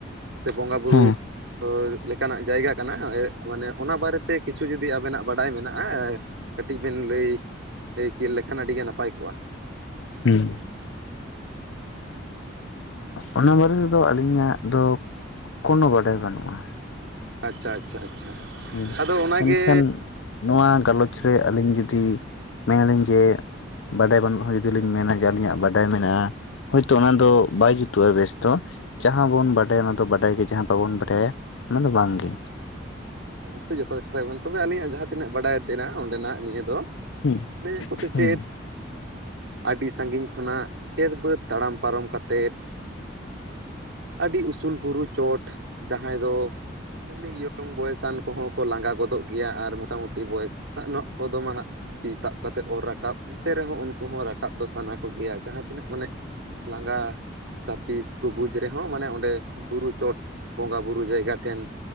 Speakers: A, on the right (about 75°); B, on the left (about 80°).
A: ᱥᱮ ᱵᱚᱸᱜᱟ ᱵᱩᱨᱩ
B: ᱦᱮᱸ
A: ᱞᱮᱠᱟᱱᱟᱜ ᱡᱟᱭᱜᱟ ᱠᱟᱱᱟ ᱢᱟᱱᱮ ᱚᱱᱟ ᱵᱟᱨᱮᱛᱮ ᱠᱤᱪᱷᱩ ᱡᱩᱫᱤ ᱟᱵᱮᱱᱟᱜ ᱵᱟᱰᱟᱭ ᱢᱮᱱᱟᱜᱼᱟ ᱠᱟᱹᱴᱤᱡ ᱵᱮᱱ ᱞᱟᱹᱭᱠᱤᱱ ᱞᱮᱠᱷᱟᱱ ᱟᱹᱰᱤ ᱜᱮ ᱱᱟᱯᱟᱭ ᱠᱚᱜᱼᱟ᱾
B: ᱦᱩᱸ ᱚᱱᱟ ᱵᱟᱨᱮ ᱛᱮᱫᱚ ᱟᱹᱞᱤᱧᱟᱜ ᱫᱚ ᱠᱚᱱᱚ ᱵᱟᱰᱟᱭ ᱵᱟᱹᱱᱩᱜᱼᱟ᱾
A: ᱟᱪᱪᱷᱟ ᱟᱪᱪᱷᱟ ᱟᱪᱪᱷᱟ
B: ᱦᱩᱸ
A: ᱟᱫᱚ ᱚᱱᱟᱜᱮ
B: ᱢᱮᱱᱠᱷᱟᱱ ᱱᱚᱣᱟ ᱜᱟᱞᱚᱪ
A: ᱦᱮᱸ
B: ᱨᱮ ᱟᱹᱞᱤᱧ ᱡᱩᱫᱤ ᱢᱮᱱᱟᱞᱤᱧ ᱡᱮ ᱵᱟᱰᱟᱭ ᱵᱟᱹᱱᱩᱜ ᱦᱚᱸ ᱡᱩᱫᱤ ᱞᱤᱧ ᱢᱮᱱᱟ ᱡᱮ ᱟᱹᱞᱤᱧᱟᱜ ᱵᱟᱰᱟᱭ ᱢᱮᱱᱟᱜᱼᱟ ᱦᱚᱭ ᱛᱚ ᱚᱱᱟ
A: ᱦᱮᱸ
B: ᱫᱚ ᱵᱟᱭ ᱡᱩᱛᱩᱜᱼᱟ ᱵᱮᱥ ᱫᱚ ᱡᱟᱦᱟᱸ ᱵᱚᱱ ᱵᱟᱰᱟᱭᱟ ᱚᱱᱟ ᱫᱚ ᱵᱟᱰᱟᱭ ᱜᱮ ᱡᱟᱦᱟᱸ ᱵᱟᱵᱚᱱ ᱵᱟᱰᱟᱭᱟ ᱚᱱᱟ ᱫᱚ ᱵᱟᱝᱜᱮ
A: ᱚᱵᱚᱥᱳᱭ ᱡᱚᱛᱚ ᱠᱟᱛᱷᱟ ᱜᱮ ᱛᱚᱵᱮ ᱟᱹᱞᱤᱧᱟᱜ ᱡᱟᱦᱟᱸ ᱛᱤᱱᱟᱹᱜ ᱵᱟᱲᱟᱭ ᱛᱮᱱᱟᱜ ᱚᱸᱰᱮᱱᱟᱜ ᱱᱤᱭᱟᱹ ᱫᱚ <unintelligible>
B: ᱦᱩᱸ
A: ᱠᱩ
B: ᱦᱩᱸ
A: ᱪᱮᱫ ᱟᱹᱰᱤ ᱥᱟᱺᱜᱤᱧ ᱠᱷᱚᱱᱟᱜ ᱠᱷᱮᱛ ᱵᱟᱹᱫᱽ ᱛᱟᱲᱟᱢ ᱯᱟᱨᱚᱢ ᱠᱟᱛᱮᱫ ᱟᱹᱰᱤ ᱩᱥᱩᱞ ᱵᱩᱨᱩ ᱪᱚᱴ ᱡᱟᱦᱟᱸᱭ ᱫᱚ ᱮᱢᱱᱤ ᱵᱚᱭᱮᱥᱟᱱ ᱠᱚᱦᱚᱸ ᱠᱚ ᱞᱟᱸᱜᱟ ᱜᱚᱫᱚᱜ ᱜᱮᱭᱟ ᱟᱨ ᱢᱚᱴᱟ-ᱢᱩᱴᱤ ᱵᱚᱭᱮᱥ ᱟᱱᱚᱜ ᱠᱚᱫᱚ ᱢᱟᱜ ᱛᱤ ᱥᱟᱵ ᱠᱟᱛᱮᱫ ᱚᱨ ᱨᱟᱠᱟᱵ ᱮᱱᱛᱮ ᱨᱮᱦᱚᱸ ᱩᱱᱠᱩ ᱦᱚᱸ ᱨᱟᱠᱟᱵ ᱫᱚ ᱥᱟᱱᱟ ᱠᱚᱜᱮᱭᱟ ᱡᱟᱦᱟᱸ ᱛᱤᱱᱟᱹᱜ ᱢᱟᱱᱮ ᱞᱟᱸᱜᱟ ᱛᱟᱯᱤᱥ ᱠᱚ ᱵᱩᱡᱽ ᱨᱮᱦᱚᱸ ᱢᱟᱱᱮ ᱚᱸᱰᱮ ᱵᱩᱨᱩ ᱪᱚᱴ ᱵᱚᱸᱜᱟ ᱵᱩᱨᱩ ᱡᱟᱭᱜᱟ ᱴᱷᱮᱱ